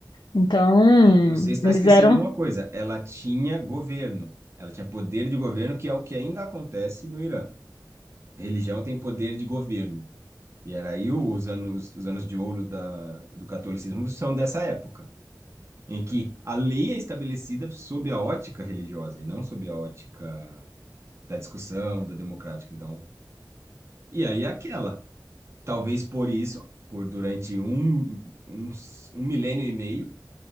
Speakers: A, on the left; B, on the right.
A: Então,
B: E você está
A: eles
B: esquecendo
A: eram
B: uma coisa: ela tinha governo, ela tinha poder de governo, que é o que ainda acontece no Irã. religião tem poder de governo. E era aí os anos, os anos de ouro da, do catolicismo são dessa época, em que a lei é estabelecida sob a ótica religiosa e não sob a ótica da discussão, da democrática. Então, e aí é aquela, talvez por isso, por durante um, um, um milênio e meio,